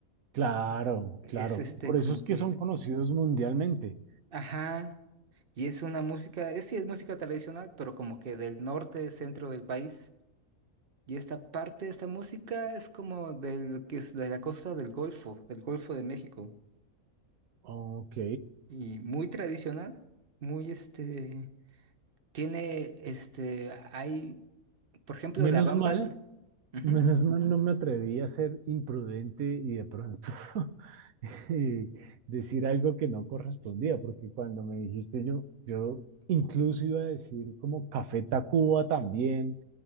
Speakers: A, on the right; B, on the right.
A: Claro,
B: Es
A: claro.
B: este
A: Por
B: como
A: eso es
B: que,
A: que son conocidos mundialmente.
B: ajá, y es una música, es, sí es música tradicional, pero como que del norte, centro del país. Y esta parte, esta música es como de lo que es de la costa del Golfo, del Golfo de México.
A: Ok.
B: Y muy tradicional, muy este, tiene este, hay, por ejemplo,
A: Menos
B: La Bamba.
A: mal,
B: Ujú.
A: menos mal no me atreví a ser imprudente y de pronto <laughs> eh, decir algo que no correspondía, porque cuando me dijiste yo, yo incluso iba a decir como Café Tacuba también,